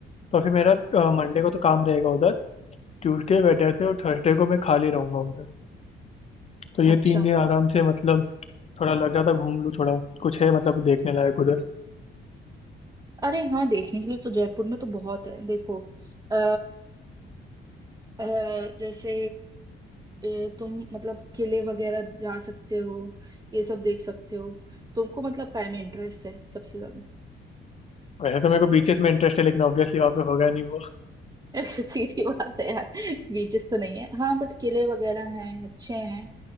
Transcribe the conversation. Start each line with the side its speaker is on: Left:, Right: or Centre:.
Left: तो फिर मेरा मंडे को तो काम रहेगा उधर ट्यूसडे वेडनेसडे और थर्सडे को मैं खाली रहूंगा उधर तो ये
Right: अच्छा
Left: तीन दिन आराम से मतलब थोड़ा लग रहा था घूम लूँ थोड़ा कुछ है मतलब देखने लायक उधर
Right: अरे हाँ देखने के लिए तो जयपुर में तो बहुत है देखो अ, अ, जैसे अ, तुम मतलब किले वगैरह जा सकते हो ये सब देख सकते हो तुमको मतलब काय में इंटरेस्ट है सबसे ज्यादा
Left: वैसे तो मेरे को बीचेस में इंटरेस्ट है लेकिन ऑब्वियसली वहाँ पे होगा नहीं वो
Right: <laughs> सीधी बात है यार बीचेस तो नहीं है हाँ बट किले वगैरह हैं अच्छे हैं